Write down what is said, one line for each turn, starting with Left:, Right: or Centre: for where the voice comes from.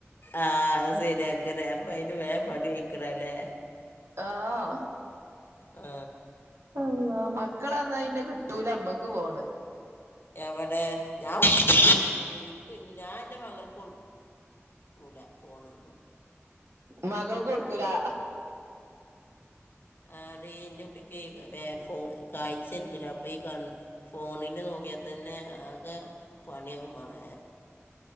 Left: ആഹ് അത് സര്യ. ങ്ങനെ അപ്പ അയിന് വേം പണി കഴിക്ക്ണാല്ലേ?
Right: ആഹ്
Left: ആ
Right: അള്ളാ മക്കളെന്നഴ്ന് കിട്ടൂലമ്മക്ക് ഫോണ്
Left: എവിടെ ഞാൻ എനിക്ക് ഞാൻ എൻ്റെ മകൾക്ക് കൊടു ക്കുല ഫോണൊന്നും
Right: മകൾക്കുകൊടുക്കൂലാ
Left: ആടീ ന്റെ കുട്ടിക്ക് വേ ഫോ കാഴ്ചയില്ലല്ലോ അപ്പൊ ഈ കണ്ണ് ഫോണില് നോക്കിയാതന്നെ ആകെ പണിയാവും മളെ